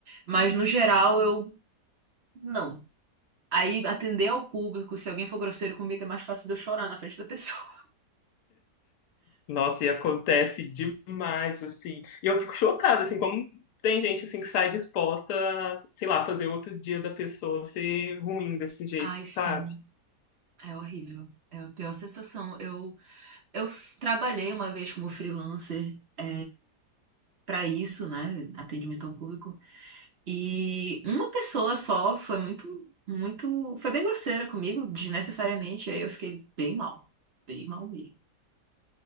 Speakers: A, on the right (about 50°); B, on the left (about 75°).
A: mas no geral eu não. Aí atender ao público, se alguém for grosseiro comigo, é mais fácil de eu chorar na frente da pessoa.
B: Nossa, e acontece demais, assim. E eu fico chocada, assim, como tem gente, assim, que sai disposta a, sei lá, fazer outro dia da pessoa ser ruim desse jeito,
A: Ai, sim.
B: sabe?
A: É horrível. É a pior sensação. Eu, eu f- trabalhei uma vez como freelancer, é, para isso, né? Atendimento ao público. E uma pessoa só foi muito, muito. Foi bem grosseira comigo, desnecessariamente. Aí eu fiquei bem mal. Bem mal mesmo.